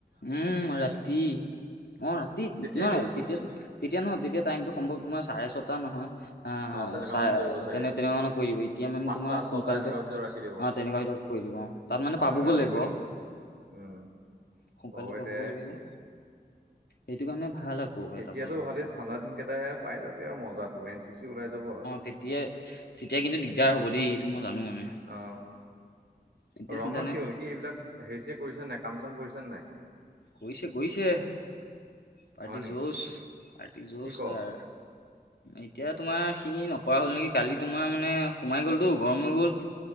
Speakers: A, on the left; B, on the right.
A: উম ৰাতি, অ', ৰাতি
B: তেতিয়াই
A: নহয়
B: কৰিব
A: তেতিয়াটো তেতিয়া নহয়, তেতিয়া টাইমটো সম্ভৱ তোৰ চাৰে-ছটা নহয়। আ,
B: অ' তেনেকুৱা
A: চাই
B: মান কৰিব চাগে
A: তেনে-তেনেকুৱা মানে কৰি দিব। এতিয়া মানে
B: পাঁচটা
A: তোমাৰ
B: ছটা
A: সোনকালতে
B: এনেকুৱা
A: অ',
B: ভিতৰত ৰাখি দিব।
A: তেনেকুৱা সেইটো কৰি দিব অ', তাত মানে
B: অ'
A: পাবগৈ
B: তেনেকুৱা ভিতৰত
A: লাগিল
B: কৰি দিব
A: আৰু।
B: উম।
A: সোনকালে
B: হয়
A: পাবগৈ
B: দে।
A: লাগে যে, এইেটো কাৰণে ভাল আকৌ এটা
B: এতিয়াতো
A: ফালৰপা।
B: ভালেই ঠাণ্ডা দিন কেইটাহে পাই যাবি আৰু মজা টো এন চি চি ওলাই যাব আৰু।
A: তেতিয়াই-তেতিয়া কিন্তু দিগদাৰ হ'ব দেই এইটো মই জানো মানে
B: অ'।
A: এতিয়া
B: ৰণৰ
A: চিন্তা নাই
B: কি হ'ল? সি এইবিলাক হেৰি-চেৰি কৰিছে নাই, কাম-চাম কৰিছে নে নাই?
A: কৰিছে- কৰিছে। পাৰ্টি
B: হয় নেকি
A: জোচ, পাৰ্টি জোচ
B: কি ক?
A: তাৰ। এতিয়া তোমাৰ সি নকৰা হ'ল নেকি, কালি তোমাৰ মানে সোমাই গ'লটো গৰম হৈ গ'ল।